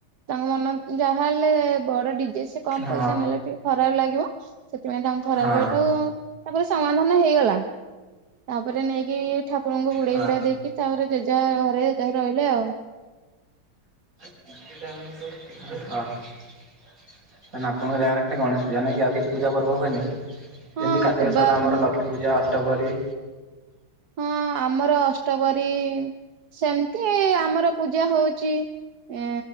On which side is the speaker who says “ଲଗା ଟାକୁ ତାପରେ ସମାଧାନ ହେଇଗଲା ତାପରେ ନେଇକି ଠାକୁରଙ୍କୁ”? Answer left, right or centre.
Right